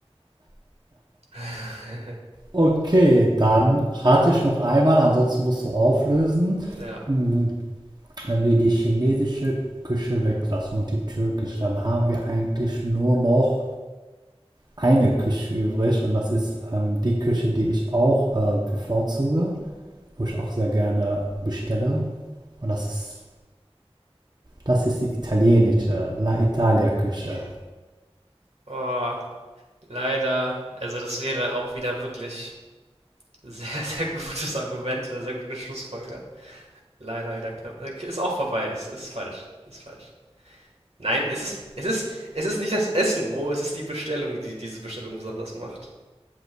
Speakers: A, on the right; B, on the right.
A: <laughs>
B: Okay, dann rate ich noch einmal, ansonsten musst du auflösen.
A: Ja.
B: Hm, Wenn wir die chinesische Küche weglassen und die türkische, dann haben wir eigentlich nur noch eine Küche übrig und das ist ähm, die Küche, die ich auch äh, bevorzuge, wo ich auch sehr gerne bestelle. Und das ist, das ist die italienische, La Italia Küche.
A: Oh, leider. Also das wäre auch wieder wirklich sehr, <laughs> sehr gutes Argument oder sehr gute Schlussfolgerung. Leider wieder knapp. Äh, Ist auch vorbei. Ist, ist falsch. Ist falsch. Nein, es ist es ist es ist nicht das Essen, Mo, es ist die Bestellung, die diese Bestellung besonders macht.